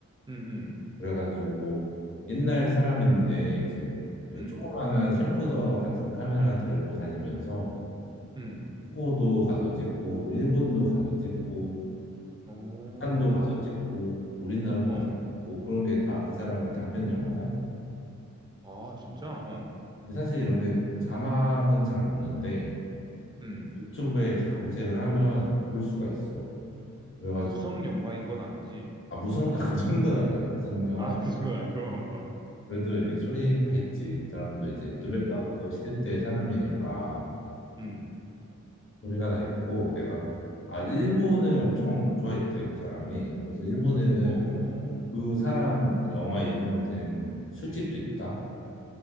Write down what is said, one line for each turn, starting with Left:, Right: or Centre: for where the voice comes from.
Right: 음,
Left: 그래가지고 옛날 사람인데 이제 이렇게
Right: 음,
Left: 조그만한 캠코더 같은 카메라 들고 다니면서
Right: 음.
Left: 홍고도 가서 찍고 일본도 가서 찍고
Right: 어.
Left: 북한도 가서 찍고 우리나라도
Right: 어.
Left: 와서 찍고 그런 게 다 그 사람의 단편 영화다.
Right: 아, 진짜? 어.
Left: 근데 사실 이런 게 자막은 잘 없는데
Right: 음.
Left: 유튜브에 이렇게 검색을 하면 볼 수가 있어. 그래가지고
Right: 무성 영화인 건 아니지?
Left: 아 무성 <laughs> 아, 그 정도는 아니야 무성 영화
Right: 아, <laughs> 그 정도는 아니고. 어.
Left: 그래도 이렇게 소리 다 있지. 그 사람도 이제 노벨바흐
Right: 음.
Left: 시대 때 사람이니까
Right: 음.
Left: 소리가 다 있고 내가 아 일본을 엄청 좋아했대 그 사람이. 그래서 일본에는
Right: 어.
Left: 그 사람 영화 이름으로 된 술집도 있다.